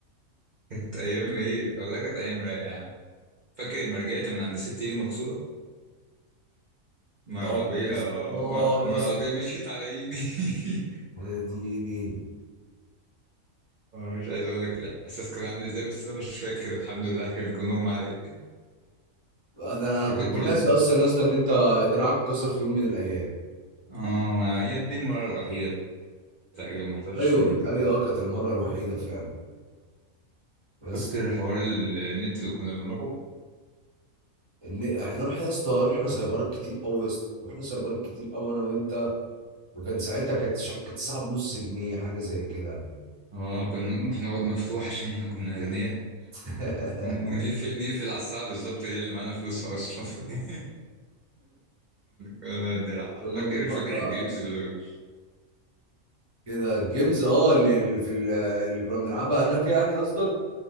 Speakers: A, on the right; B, on the right.
A: كانت ايام ايه والله كانت ايام رايقه يا عم فاكر لما رجعت من عند ست ايدي مكسوره ما
B: اه
A: العربيه
B: يا اسطى اه
A: ما ما
B: يا اسطى
A: العربيه مشيت على ايدي <laughs>
B: يا ديني
A: اه مش عايز اقول لك الاحساس كان عامل ازاي بس انا مش فاكر الحمد لله كان كان اغمى علي
B: انا
A: فاكر
B: كنت
A: برضه
B: ناسي اصلا يا اسطى ان انت دراعك اتكسر في يوم من الايام
A: اه ما هي دي المره الوحيده تقريبا ما حصلش
B: ايوه
A: تاني
B: بتهيألي
A: قبل كده
B: اه كانت المره الوحيده فعلا يا اسطى
A: فاكر حوار النت اللي كنا بنروحه
B: ان احنا رحنا يا اسطى رحنا سايبرات كتير قوي يا اسطى رحنا سايبرات كتير قوي انا وانت وكان ساعتها كانت مش عارف كانت الساعه بنص جنيه حاجه زي كده
A: اه كنا بنروح نقعد مفتوح عشان احنا كنا اغنياء
B: <laughs>
A: ونقفل نقفل على الساعة بالظبط هي اللي معانا فلوسها أصلا <laughs> كنا بنلعب
B: كنا
A: فاكر
B: بنروح
A: فاكر
B: بقى
A: الجيمز اللي
B: كده الجيمز اه اللي اللي في ال- اللي كنا بنلعبها هناك يعني قصدك